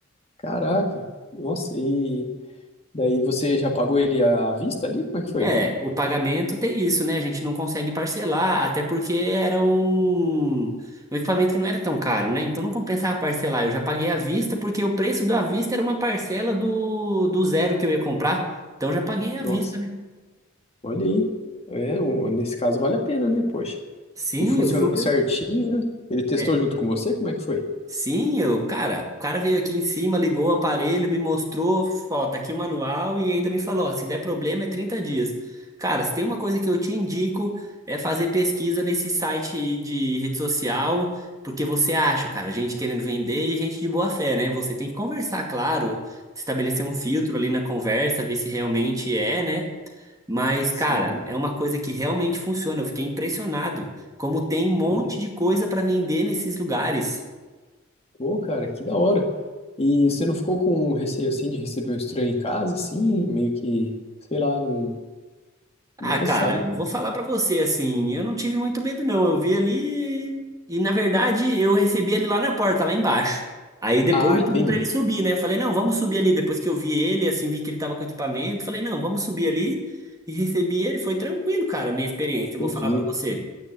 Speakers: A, on the left (about 30°); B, on the right (about 15°).
A: Caraca, nossa, e daí você já pagou ele à à vista ali? Como é que foi?
B: É, o pagamento tem isso, né? A gente não consegue parcelar, até porque era um, um equipamento que não era tão caro, né? Então não compensava parcelar. Eu já paguei à vista, porque o preço do à vista era uma parcela do, do zero que eu ia comprar. Então já paguei à
A: Nossa,
B: vista, né?
A: olha aí. É, o- nesse caso vale a pena, né, poxa?
B: Sim,
A: E funcionando
B: eu super
A: certinho, né? Ele testou
B: É?
A: junto com você? Como é que foi?
B: Sim, eu, cara, o cara veio aqui em cima, ligou o aparelho, me mostrou, ó, tá aqui o manual e ainda me falou, ó, se der problema é 30 dias. Cara, se tem uma coisa que eu te indico é fazer pesquisa nesse site de rede social, porque você acha, cara, gente querendo vender e gente de boa fé, né? Você tem que conversar, claro, estabelecer um filtro ali na conversa, ver se realmente é, né? Mas,
A: Sim,
B: cara, é uma coisa que realmente funciona. Eu fiquei impressionado como tem um monte
A: olha.
B: de coisa para vender nesses lugares.
A: Pô, cara, que da hora. E você não ficou com um receio assim de receber um estranho em casa, assim, meio que, sei lá, não, nunca
B: Ah, cara,
A: se sabe.
B: vou falar pra você assim, eu não tive muito medo não. Eu vi ali e na verdade eu recebi ele lá na porta, lá embaixo. Aí depois
A: Ah,
B: eu
A: entendi,
B: pedi pra ele subir, né? Eu falei: "Não, vamos subir ali". Depois que eu vi ele, assim, vi que ele tava com equipamento, falei: "Não, vamos subir ali". E recebi ele, foi tranquilo, cara, a minha experiência, eu
A: entendi.
B: vou falar pra você.